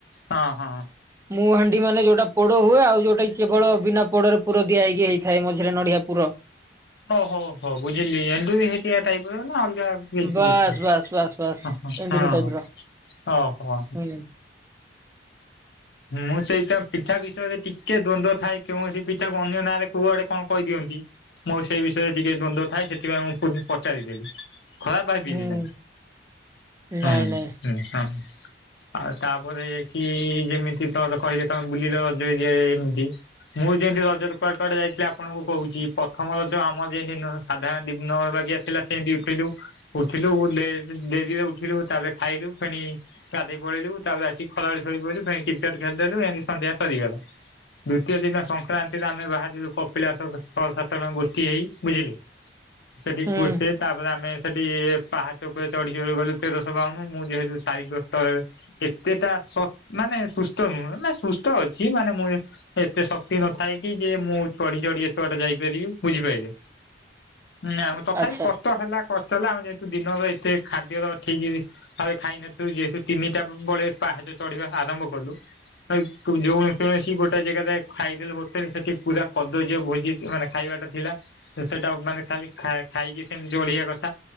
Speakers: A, on the left; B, on the right.
A: ହଁ ହଁ।
B: ମୁଁ ହାଣ୍ଡି ମାନେ ଯୋଉଟା ପୋଡ ହୁଏ ଆଉ ଯୋଉଟା କି କେବଳ ବିନା ପୋଡରେ ପୁର ଦିଆ ହେଇକି ହେଇଥାଏ ମଝିରେ ନଡିଆ ପୁର।
A: ଓ ହୋ ହୋ ବୁଝିଲି ଏଣ୍ଡୁରି ହେଇଥିବା ଟାଇପ ର ନା ଅଲଗା କିଛି
B: ବାସ୍
A: ପିଠା?
B: ବାସ୍ ବାସ୍ ବାସ୍
A: ହଁ ହଁ
B: ଏଣ୍ଡରି ଟାଇପ ର
A: ହଁ ଓହୋ।
B: ହୁଁ।
A: ମୁଁ ସେଇଟା ପିଠା ବିଷୟରେ ଟିକେ ଦୋନ୍ଦ ଥାଏ କୌଣସି ପିଠାକୁ ଅନ୍ୟ ନାଁରେ କୁଆଡେ କଣ କହିଦିଅନ୍ତି ମୋର ସେ ବିଷୟରେ ଟିକେ ଦ୍ୱନ୍ଦ ଥାଏ, ସେଥିପାଇଁ ମୁଁ ପଚାରିଦେଲି। ଖରାପ ଭାବିବେନି,
B: ହୁଁ
A: ହଁ
B: ନାଇଁ
A: ହଁ
B: ନାଇଁ।
A: - ହଁ ଆଉ ତାପରେ କି ଯେମିତି ତର କହିଲେ ତ କଣ ବୁଲିିଲ <unintelligible> ଏମିତି। ମୁଁ ଯେମିତି ରଜ ରେ କୁଆଡେ କୁଆଡେ ଯାଇଥିଲି ଆପଣଙ୍କୁ କହୁଛି ପ୍ରଥମ ରଜ ଆମର ଯେତି ସାଧାରଣ ଡିନର ବାଗିଆ। ଥିଲା ସେମିତି ଉଠେଇଲୁ। ଉଠିଲୁ ଡେ ଡେରିରେ ଉଠିଲୁ ତାପରେ ଖାଇଲୁ ଫେଣି ଗାଧୋଇ ପଳେଇଲୁ ତାପରେ ଆସିକି ଖରାବେଳେ ଶୋଇପଇଲୁ ପୁଣି କ୍ରିକେଟ ଖେଳିଦେଲୁ ଏମିତି ସନ୍ଧ୍ୟା ସରିଗଲା। ଦୂତୀୟ ଦିନ ସଂକ୍ରାନ୍ତିରେ ଆମେ ବାହାରିଲୁ କପିଳାସ ଛଅ ସାତ ଜଣ ଗୋଷ୍ଠୀ ହେଇ ବୁଝିଲେ।
B: <unintelligible>
A: ସେଠି
B: ହୁଁ
A: କୁଛେ ତାପରେ ଆମେ ସେଠି ପାହା ଉପରେ ଚଢି ଚଢି ଗଲୁ ତେରଶ ବାଉନୁ, ମୁଁ ଯେହେତୁ ଶାରୀିକ ସ୍ତରରେ ଏତେ ତା ସ ମାନେ ସୁସ୍ଥ ନୁହେଁ ମାନେ ସୁସ୍ଥ ଅଛି ମାନେ ମୁଁ ଏତେ ଶକ୍ତି ନଥାଏ କି ଯେ ମୁଁ ଚଢି ଚଢି ଏତେ ବାଟେ ଯାଇପାରିବି ବୁଝିପାରିଲେ।
B: <inaudible>
A: ନା ତଥାପି
B: ଆଚ୍ଛା
A: କଷ୍ଟ ହେଲା। କଷ୍ଟ ହେଲା ଆମେ ଯେହେତୁ ଦିନର ଏତେ ଖାଦ୍ୟ ର ଠିକି ଆରେ ଖାଇନଥିଲୁ ଯେହେତୁ ତିନିଟା ବଳେ ପାହାଚ ଚଢିବା ଆରମ୍ଭ କଲୁ। ଯୋଉ କୌଣସି ଗୋଟେ ଜାଗାରେ ଖାଇଦେଲୁ ହୋଟେଲ ସେଠି ପୁରା କଦର୍ଜ ଭୋଜି। ମାନେ ଖାଇବାଟା ଥିଲା ସେଟା ମାନେ ଖାଲି ଖାଇକି ସେମିତି ଚଳେଇବା କଥା।